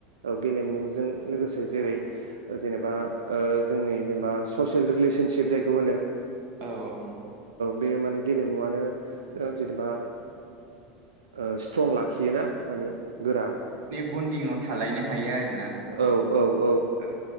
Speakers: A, on the right; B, on the right.
A: औ गेलेमुजों लोगोसे जेरै
B: औ
A: जेनेबा जोंनि जेनेबा ससियेल रिलेसनसिप जायखौ होनो
B: औ औ
A: बे माने गेलेमुआनो जेनेबा ओ स्ट्रं लाखियोना माने गोरा
B: बन्डिंआव थालायनो हायो आरो
A: औ औ
B: औ